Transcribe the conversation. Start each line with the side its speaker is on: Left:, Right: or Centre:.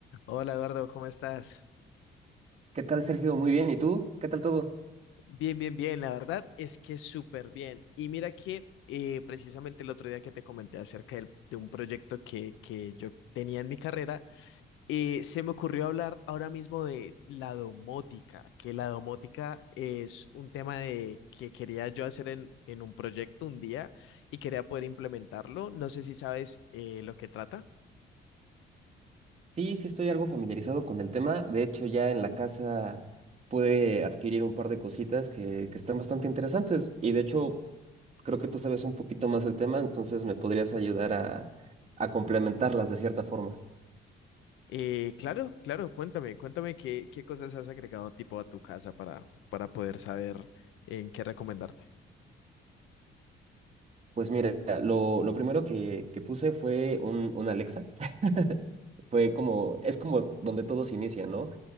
Left: Hola Eduardo, ¿cómo estás?
Right: ¿Qué tal, Sergio? Muy bien. ¿Y tú? ¿Qué tal todo?
Left: Bien, bien, bien, la verdad es que súper bien. Y mira que eh, precisamente el otro día que te comenté acerca del- de un proyecto que, que yo tenía en mi carrera, eh, se me ocurrió hablar ahora mismo de la domótica, que la domótica es un tema de, que quería yo hacer en, en un proyecto un día y quería poder implementarlo. No sé si sabes eh, lo que trata.
Right: Sí, sí estoy algo familiarizado con el tema. De hecho, ya en la casa pude adquirir un par de cositas que, que están bastante interesantes. Y de hecho, creo que tú sabes un poquito más del tema, entonces me podrías ayudar a, a complementarlas de cierta forma.
Left: Eh, claro, claro, cuéntame, cuéntame qué, qué cosas has agregado tipo a tu casa para, para poder saber en qué recomendarte.
Right: Pues mira, lo, lo primero que, que puse fue un, un Alexa. <laughs> Fue como, es como donde todos inician, ¿no?